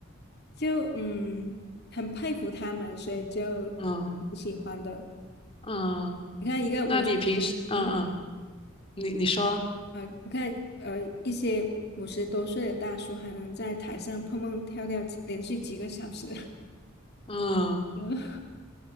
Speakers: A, on the left; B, on the left.
A: 就嗯，很佩服他们，所以就
B: 嗯
A: 挺喜欢的。
B: 嗯，
A: 你看，一个五十多，
B: 那你平时嗯嗯，
A: 嗯
B: 你你说
A: 啊，我看呃，一些五十多岁的大叔还能在台上蹦蹦跳跳几连续几个小时。<laughs>
B: 嗯，
A: 嗯